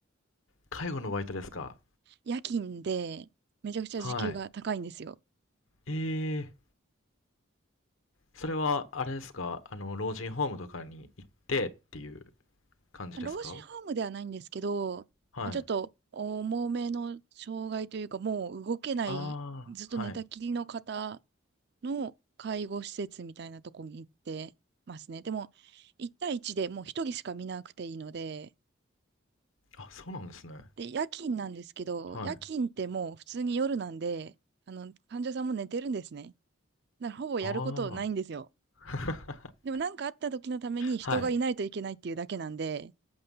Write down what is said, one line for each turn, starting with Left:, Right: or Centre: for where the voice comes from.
Left: 介護のバイトですか。
Right: 夜勤で、めちゃくちゃ時給が高いんですよ。
Left: はい。ええ、それは、あれですかあの、老人ホームとかに行ってっていう感じですか
Right: まあ老人ホームではないんですけど、
Left: はい。
Right: まあ、ちょっと重めの障害というか、もう動けない、
Left: ああ、
Right: ずっと寝たきりの方
Left: はい。
Right: の介護施設みたいなとこに行ってますね。でも、1対1でもう1人しか見なくていいので、
Left: あ、そうなんですね。
Right: で、夜勤なんですけど、
Left: はい。
Right: 夜勤ってもう普通に夜なんで、あの、患者さんも寝てるんですね。だからほぼやることないんですよ。
Left: ああ。<laughs>
Right: でもなんかあった時のために人がいないといけないっていうだけなんで、
Left: はい。